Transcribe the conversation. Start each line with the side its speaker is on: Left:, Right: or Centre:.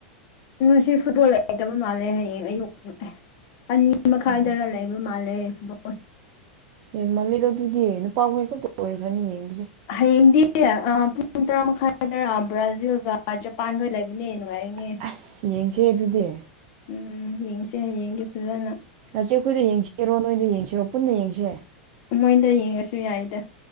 Left: ꯉꯁꯤ ꯐꯨꯠꯕꯣꯜ ꯑꯥꯏꯇ ꯃꯥꯜꯂꯦ ꯍꯌꯦꯡ ꯑꯌꯨꯛ ꯑꯅꯤ ꯃꯈꯥꯏꯗꯔ
Right: ꯑꯣ
Left: ꯂꯩꯕ ꯃꯥꯜꯂꯦ ꯐꯨꯠꯕꯣꯜ
Right: ꯌꯦꯟ ꯃꯥꯜꯂꯤꯗꯣ ꯑꯗꯨꯗꯤ ꯅꯨꯄꯥ ꯀ ꯍ ꯈꯛꯇ ꯑꯣꯏꯈ꯭ꯔꯅꯤ ꯌꯦ
Left: ꯍꯌꯦꯡꯗꯤ ꯄꯨꯡ ꯇꯔꯥ ꯃꯈꯥꯏꯗꯔꯑ ꯕ꯭ꯔꯥꯖꯤꯜꯒ ꯖꯄꯥꯟꯒ ꯂꯩꯕꯅꯦ ꯅꯨꯡꯉꯥꯏꯅꯦ
Right: ꯑꯁ ꯌꯦꯡꯁꯦ ꯑꯗꯨꯗꯤ
Left: ꯎꯝ ꯌꯦꯡꯁꯦ ꯍꯌꯦꯡꯒꯤ ꯐꯖꯅ
Right: ꯏꯆꯦ ꯑꯩꯈꯣꯏꯗ ꯌꯦꯡꯁꯤꯔꯣ ꯅꯣꯏꯗ ꯌꯦꯡꯁꯤꯔꯣ ꯄꯨꯟꯅ ꯌꯦꯡꯁꯤ
Left: ꯃꯣꯏꯗ ꯌꯦꯡꯉꯁꯨ ꯌꯥꯏꯗ